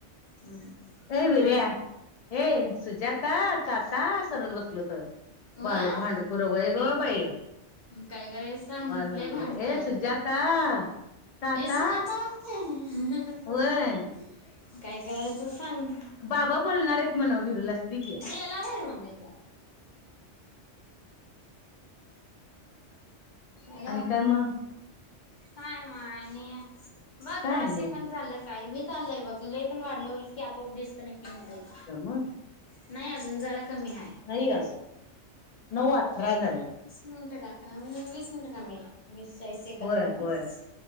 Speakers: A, on the left; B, on the left.
A: हम्म
B: ए विर्या,
A: मग
B: हे सुजाता ताता करत बसल होत. बाळ
A: व
B: भांडखोर व्हय ग बाई.
A: काय करायच सांग
B: बाळ म्हणल,
A: लय भांडतय
B: ए सुजाता.
A: अगं ते
B: ताता
A: ए सुजाता म्हटल,
B: होय
A: काय करायच सांग.
B: बाबा बोलणार आहेत म्हणाव विरुला दे कि.
A: गेला बाहेर मम्मी त्यो हॅलो
B: आणि काय मग.
A: काय माय आणि, बघ
B: काय
A: दहा
B: नाही
A: सेकंद झाल का. व्हीत आलय बघ. लई पण वाढल की आपोआप डिस्कनेक्टिंग होतय ते.
B: दम
A: नाही अजून जरा कमी आहे.
B: नाही अजून नऊ अठरा झाले.
A: मिनिट, वीस मिनिट कमी आहेत. वीस चाळीस सेकंद
B: होय
A: कमी
B: होय
A: आहेत.